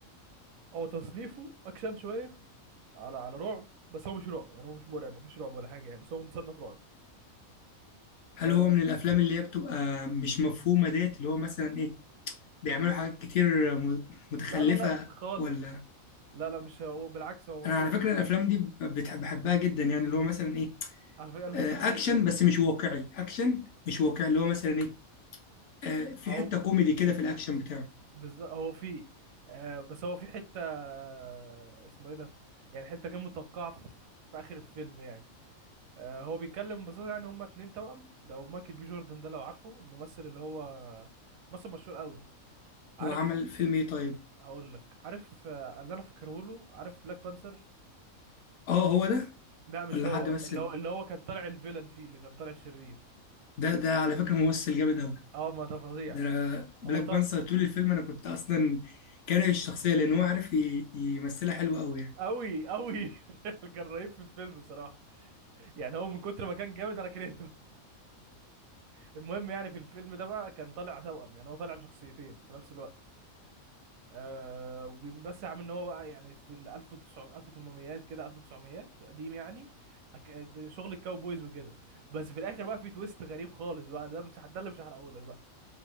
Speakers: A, on the right; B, on the left.
A: هو تصنيفه اكشن شوية على على رعب بس هو مش رعب يعني هو مش مرعب مفيش رعب ولا حاجة يعني بس هو متصنف رعب
B: هل
A: آه
B: هو من
A: ب...
B: الافلام اللي هي بتبقى مش مفهومة ديت اللي هو مثلا ايه بيعملوا حاجات كتير م- متخلفة
A: لا لا لا خالص
B: ولا
A: لا لا مش هو بالعكس هو مفهوم
B: انا على فكرة الافلام دي ب- بتح- بحبها جدا يعني اللي هو مثلا ايه
A: على فكرة انا
B: آه،
A: بحبها جدا
B: اكشن بس مش واقعي اكشن مش واقعي اللي هو مثلا ايه آه، في
A: او
B: حته كوميدي كده في الاكشن بتاعه
A: بز... هو فيه آه بس هو في حتة آه، اسمه ايه ده يعني حتة غير متوقعة في في اخر الفيلم يعني آه، هو بيتكلم ببساطة يعني هما اتنين توأم لو مايكل بي جوردن ده لو عارفه الممثل اللي هو ممثل مشهور قوي عارف
B: هو عمل فيلم ايه طيب
A: هقول لك عارف آه، اللي انا فاكره له عارف بلاك بانثر
B: اه هو ده
A: لا مش
B: ولا
A: هو
B: حد مثل
A: اللي هو اللي هو كان طالع الفيلن فيه اللي كان طالع الشرير
B: ده ده على فكره ممثل جامد قوي
A: اه ما ده فظيع
B: ده انا بلاك
A: هو طا...
B: بانثر طول الفيلم انا كنت اصلا كاره الشخصيه لان هو عارف ي- يمثلها حلو قوي يعني
A: قوي قوي <laughs> كان رهيب في الفيلم صراحة يعني هو من كتر ما كان جامد انا كرهته <laughs> المهم يعني في الفيلم ده بقى كان طالع توأم يعني هو طالع بشخصيتين في نفس الوقت آه وبس عم ان هو بقى يعني في ال 1900 1800 كده 1900 قديم يعني أك- آه، شغل الكاوبويز وكده بس في الاخر بقى في تويست غريب خالص بقى ده مش ده اللي مش هحرقه لك بقى